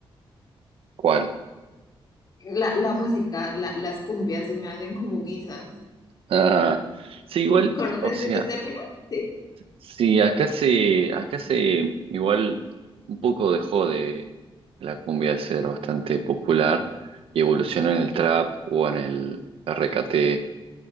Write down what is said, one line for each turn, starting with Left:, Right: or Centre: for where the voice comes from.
Right: ¿Cuál?
Left: La, la música, la- las cumbias se me hacen como guisas.
Right: Ah, sí, igual,
Left: ¿Conoces
Right: o sea,
Left: ese término? Sí.
Right: sí, acá se, acá se, igual, un poco dejó de la cumbia de ser bastante popular y evolucionó en el trap o en el RKT